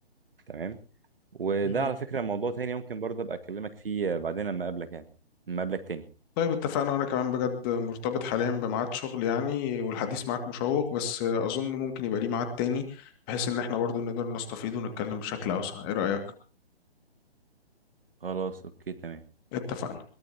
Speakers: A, on the right; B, on the left.
A: تمام وده
B: مهم.
A: على فكرة موضوع تاني ممكن برضه أبقى أكلمك فيه بعدين لما أقابلك يعني لما أقابلك تاني
B: طيب اتفقنا وانا كمان بجد مرتبط حاليا بميعاد شغل يعني والحديث معاك مشوق بس اظن ممكن يبقى ليه ميعاد تاني بحيث ان احنا برضو نقدر نستفيد ونتكلم بشكل اوسع ايه رأيك
A: خلاص أوكي تمام
B: اتفقنا